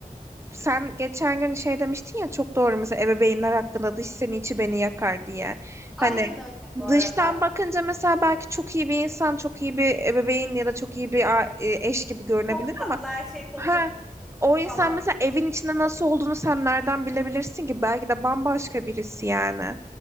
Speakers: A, on the right (about 20°); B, in the centre.
A: sen geçen gün şey demiştin ya çok doğru mesela ebeveynler hakkında dış seni içi beni yakar diye. Hani
B: Aynen öyle bu arada.
A: dıştan bakınca mesela belki çok iyi bir insan, çok iyi bir ebeveyn ya da çok iyi bir a- e, eş gibi görünebilir
B: Çok tatlı
A: ama
B: her şey konuşuyorsun
A: ha o insan
B: falan.
A: mesela evin içinde nasıl olduğunu sen nereden bilebilirsin ki? Belki de bambaşka birisi yani.